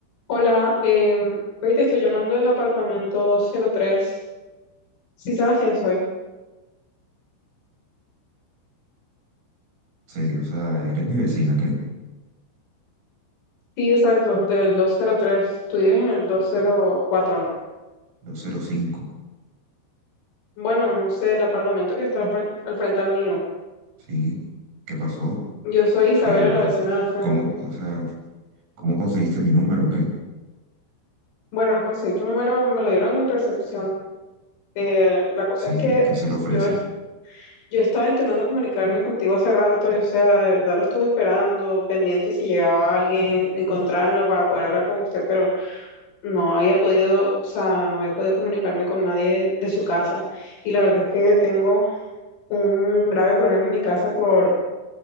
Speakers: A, on the left; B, on the right.
A: Hola, em, oye, te estoy llamando del apartamento 203. ¿Sí sabes quién soy?
B: Sí, o sea, eres mi vecina, ¿qué?
A: Sí, exacto, del 203. Tú vives en el 204, ¿no?
B: doscientos cinco,
A: Bueno, no sé, el apartamento que está al fren- al frente al mío.
B: Sí. ¿Qué pasó?
A: Yo soy Isabela,
B: ¿Qué, para,
A: la vecina
B: qué-
A: del frente.
B: cómo, o sea, cómo conseguiste mi número, qué?
A: Bueno, conseguí tu número, me lo dieron en recepción. Eh, la cosa
B: Sí,
A: es que
B: ¿qué se le ofrece?
A: yo, es- yo estaba intentando comunicarme contigo hace rato, y, o sea, de verdad lo estuve esperando, pendiente si llegaba alguien, encontrármelo para poder hablar con usted, pero... no había podido, o sea, no había podido comunicarme con nadie de su casa. Y la verdad es que tengo un grave problema en mi casa por,